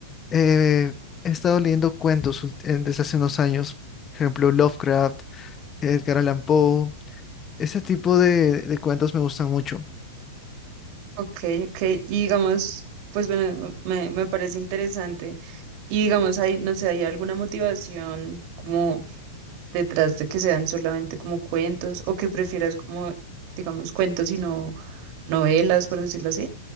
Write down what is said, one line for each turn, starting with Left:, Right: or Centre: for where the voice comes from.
Left: eh, he estado leyendo cuentos ult- en- desde hace unos años, por ejemplo Lovecraft, Edgar Allan Poe, ese tipo de, de cuentos me gustan mucho.
Right: Ok, ok. Y digamos, pues bueno, me, me parece interesante. Y digamos, hay, no sé, ¿hay alguna motivación como detrás de que sean solamente como cuentos o que prefieras como, digamos, cuentos y no novelas, por decirlo así?